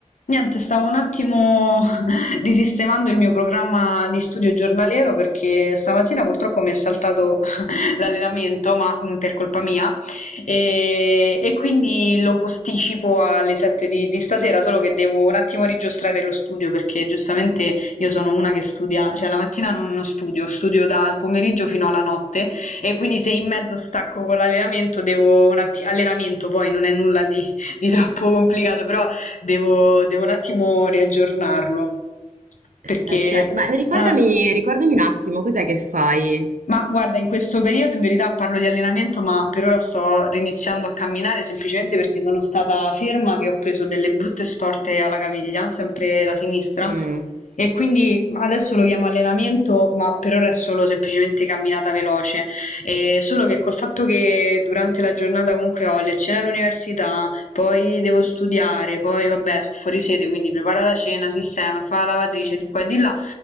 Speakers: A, on the left (about 70°); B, on the right (about 85°).
A: Niente, stavo un attimo <laughs> risistemando il mio programma di studio giornaliero perché stamattina purtroppo mi è saltato <laughs> l'allenamento, ma mh, per colpa mia, e, e quindi lo posticipo alle 7 di, di stasera, solo che devo un attimo rigiostrare lo studio perché giustamente io sono una che studia, cioè la mattina non, non studio, studio dal pomeriggio fino alla notte e quindi se in mezzo stacco con l'allenamento devo un attimo, allenamento poi non è nulla di di troppo complicato, però Devo devo un attimo riaggiornarlo perché
B: Eh certo, ma ricordami,
A: ah,
B: ricordami un attimo, cos'è che fai?
A: ma guarda, in questo periodo in verità parlo di allenamento, ma per ora sto riniziando a camminare semplicemente perché sono stata ferma che ho preso delle brutte storte alla caviglia, sempre la sinistra,
B: Mm,
A: e quindi adesso lo chiamo allenamento, ma per ora è solo semplicemente camminata veloce. E solo che col fatto che durante la giornata comunque ho lezione all'università, poi devo studiare, poi vabbè, sono fuori sede, quindi prepara la cena, sistema, fa la lavatrice di qua e di là.